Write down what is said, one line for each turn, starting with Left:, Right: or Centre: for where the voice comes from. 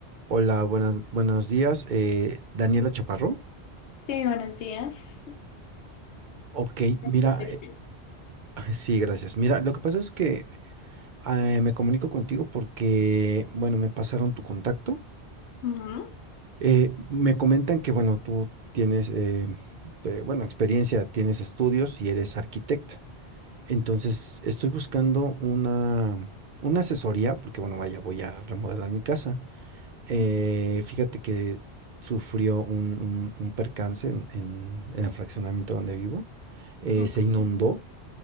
Right: Hola, buenas, buenos días. eh, Daniela Chaparro.
Left: Sí, buenos días.
Right: Ok, mira,
Left: Sí.
Right: eh, <laughs> sí, gracias. Mira, lo que pasa es que eh, me comunico contigo porque, bueno, me pasaron tu contacto.
Left: Ujú,
Right: Eh, me comentan que, bueno, tú tienes, eh, eh, bueno, experiencia, tienes estudios y eres arquitecta. Entonces, estoy buscando una, una asesoría porque, bueno, vaya, voy a remodelar mi casa. Eh,
Left: ujú,
Right: fíjate que sufrió un, un- un percance en, en- en el fraccionamiento donde vivo. Eh,
Left: ok,
Right: se inundó